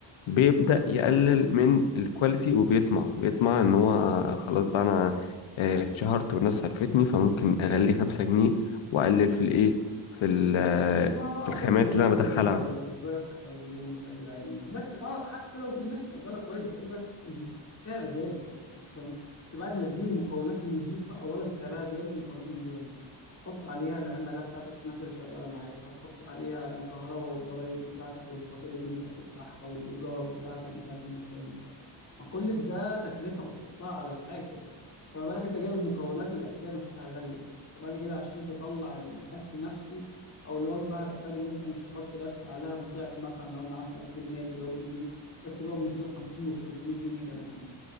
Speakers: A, on the left; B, on the left.
A: بيبدأ يقلل من الكواليتي وبيطمع بيطمع إن هو خلاص بقى أنا آه، اتشهرت والناس عرفتني فممكن أغلي خمسة جنيه وأقلل في الإيه في ال- آه،
B: اه
A: في الخامات
B: كله بيشغل
A: اللي أنا بدخلها
B: دماغه يعني ازاي اضحك على الزبون بشكل عام يعني بس اه حتى لو في ناس شغاله كويس بقول لك السعر غالي انت فاهم انت بعد ما تجيب المكونات النظيفه اولا سعرها غالي المكونات النظيفه دي هتحط عليها العماله بتاعتك الناس اللي شغاله معاك هتحط عليها الكهرباء والضرايب بتاعتك والفواتير اللي انت بتدفعها والايجارات بتاعتك بتاعت المكان بتاعك ما كل ده تكلفه بتحطها على الحاجه يعني فما بالك انت جايب المكونات الاساسيه نفسها غاليه يعني. فبعد كده عشان تطلع الاكل نفسه او الوجبه هتحتاج ان انت مش تحط بس عليها الضعف مثلا لو انت عملت الاكل ب 100 تبيعه ب 200 محتاج تبيعه ب 250 وب 300 جنيه كمان يعني